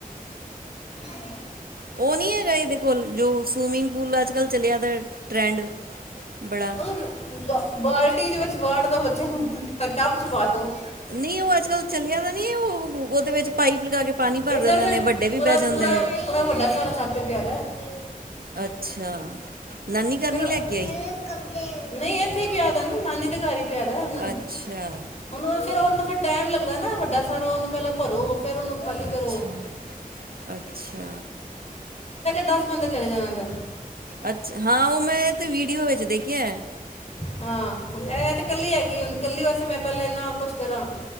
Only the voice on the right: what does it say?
ਉਹ ਨਹੀਂ ਹੈਗਾ ਇਹਦੇ ਕੋਲ ਜੋ ਸਵੀਮਿੰਗ ਪੂਲ ਅੱਜ ਕੱਲ੍ਹ ਚਲਿਆ ਦਾ ਟਰੈਂਡ ਬੜਾ
ਨਹੀਂ ਉਹ ਅੱਜ ਕੱਲ ਚਲਿਆ ਤਾਂ ਨਹੀਂੀ ਉਹ ਉਹਦੇ ਵਿੱਚ ਪਾਈਪ ਲਗਾ ਕੇ ਪਾਣੀ ਭਰ
ਦਿੰਦੇ
ਨੇ ਵੱਡੇ ਵੀ
ਬਹਿ ਜਾਂਦੇ
ਨੇ
ਅੱਛਾ ਨਾਨੀ ਘਰ
ਨੀ ਲੈ ਕੇ ਆਈ?
ਅੱਛਾ,
ਅੱਛਾ
ਅੱਛਾ
ਅੱਛਾ ਹਾਂ ਉਹ ਮੈਂ ਤੇ ਵੀਡੀਓ ਵਿੱਚ ਦੇਖੀਿਆ